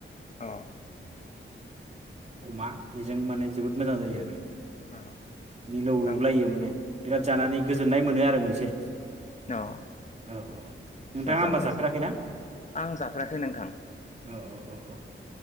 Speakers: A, on the left; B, on the right.
A: अ
B: ओ अमा बेजों माने जोबोद मोजां जायो आरो
A: अ
B: मिलौलायो
A: आं
B: माने बिराद जानानै गोजोननाय मोनो आरो मोनसे
A: अ
B: औ औ नोंथाङा
A: मोजां
B: होमबा
A: मोजां
B: जाफेराखैना
A: आं जाफेराखै नोंथां
B: औ औ औ